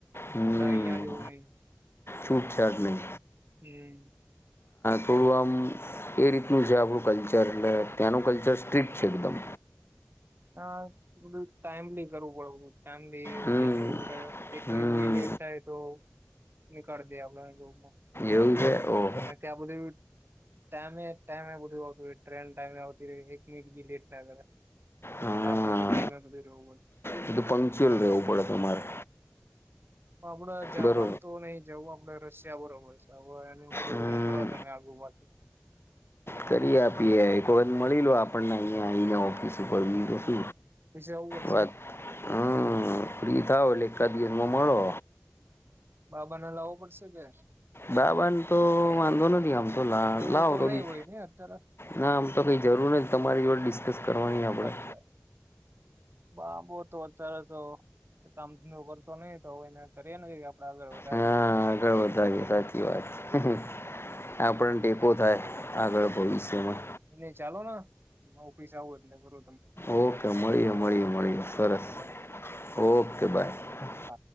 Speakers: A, on the left; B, on the right.
A: હમ
B: આપડે અહીંયા જેવું નહી
A: છૂટછાટ નહીં
B: હમ
A: થોડું આમ એ રીતનું છે આપણું કલ્ચર એટલે ત્યાંનું કલ્ચર સ્ટ્રિક છે એકદમ
B: હા થોડું ટાઈમલી કરવું પડું ટાઈમ લી
A: હમ
B: ઓફિસ જવું પડે એક
A: હમ
B: મિનિટ બી લેટ થાય તો નીકળ દે આપ જોબમાં
A: એવું છે ઓહો
B: ના કે આ બધી ટાયમે ટાયમે બ આવતું ટ્રેન ટાઈમે આવતી હોય એક મિનિટ બી લેટ ના કરે
A: હા
B: એટલે આપડે બી ટાઈમે બધું રહેવું
A: બધું પંક્ચુઅલ રહેવું પડે તમારે
B: આપડે જાપાન
A: બરાબર
B: તો નહી જવું આપડે રશિયા બરોબર છે. હો એનું થોડુંક
A: હમ
B: હું કરો તમે આગલું બાકી
A: કરી આપીએ એક વખત મળી લો આપણને અહીંયા આઈ ઓફિસ
B: પછી આવવું પડશે
A: વાત હમ ફ્રી થાવ એટ એકાદ દિવસમાં મળો
B: બાબાને લાવવો પડશે કે
A: બાબ તો વાંધો નથી આમતો તો લા
B: જરૂર
A: લાવો તો
B: નહી
A: બી
B: હોય ને અત્યારે
A: ના આમ તો કંઈ જરૂર નહી તમારી જોડે ડિસ્કસ કરવાની આપણે
B: અચ્છા બાબો તોહ અત્યારે તો કામ ધંધો કરતો નહી તો હવે એને કરી ને આગળ વધારીએ
A: હા આગળ વધાગ સાચી વાત આપણને ટેકો થાય આગળ ભવિષ્યમાં
B: એલે ચાલો એ ઓફિસ આવું એટલે ઘરો
A: ઓકે મળીએ મળીએ મળીએ સરસ
B: હા ચાલો
A: ઓકે બાય
B: હા